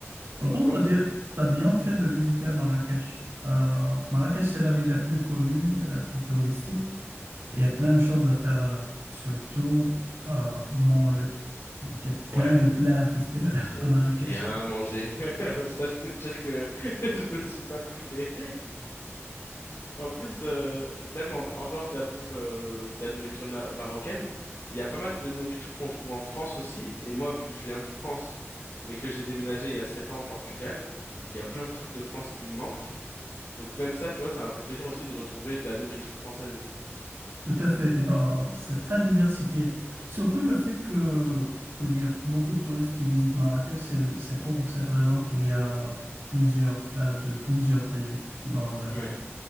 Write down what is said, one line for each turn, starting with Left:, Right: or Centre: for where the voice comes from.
Right: Pourtant,
Left: Ok.
Right: tu as, t'as bien fait de visiter Marrakech. Euh, Marrakech, c'est la ville la plus connue et la plus touristique. Il y a plein de choses à faire là-bas, surtout euh, manger. Donc, il y a plein
Left: Ouais,
Right: de plats à tester là-
Left: j'ai
Right: <laughs> à Marrakech.
Left: bien mangé. <laughs> Ça, je peux te dire que <laughs> je me suis pas privé. En plus, euh, même en, en dehors de la bouffe, euh, de la nourriture na- marocaine, il y a pas mal de nourriture qu'on trouve en France aussi. Et moi, vu que je viens de France, mais que j'ai déménagé il y a sept ans au Portugal, il y a plein de trucs de France qui me manquent. Donc même ça, tu vois, ça m'a fait plaisir aussi de retrouver de la nourriture française.
Right: Tout à fait. Et, euh, c'est très diversifié. Surtout le fait que qu'il y a beaucoup de touristes qui visitent Marrakech, c'est le- c'est pour cette raison qu'il y a plusieurs plats de plusieurs pays dans la
Left: Ouais.
Right: ville.